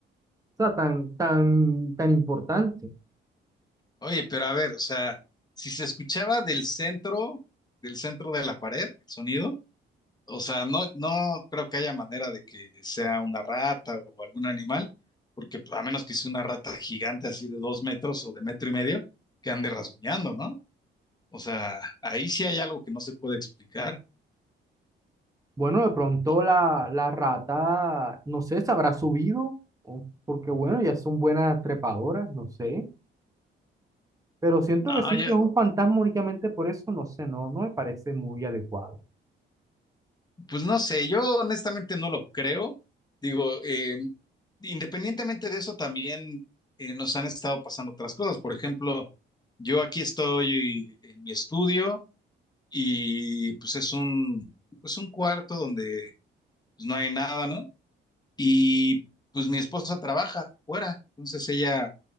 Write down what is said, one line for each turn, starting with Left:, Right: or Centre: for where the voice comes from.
Right: sea, tan, tan, tan importante.
Left: oye, pero a ver, o sea, si se escuchaba del centro, del centro de la pared, el sonido, o sea, no, no creo que haya manera de que sea una rata o algún animal, porque pues, a menos que sea una rata gigante así de dos metros o de metro y medio, que ande rasguñando, ¿no? O sea, ahí sí hay algo que no se puede explicar.
Right: Bueno, de pronto
Left: No,
Right: la, la rata, no sé, se habrá subido, o- porque bueno, ya son buenas trepadoras, no sé. Pero siento
Left: no,
Right: que sí,
Left: yo,
Right: que es un fantasma únicamente por eso, no sé, no, no me parece muy adecuado.
Left: Pues no sé, yo honestamente no lo creo. Digo, eh, independientemente de eso, también eh, nos han estado pasando otras cosas. Por ejemplo, yo aquí estoy en mi estudio y pues es un, pues un cuarto donde pues, no hay nada, ¿no? Y pues mi esposa trabaja fuera, entonces ella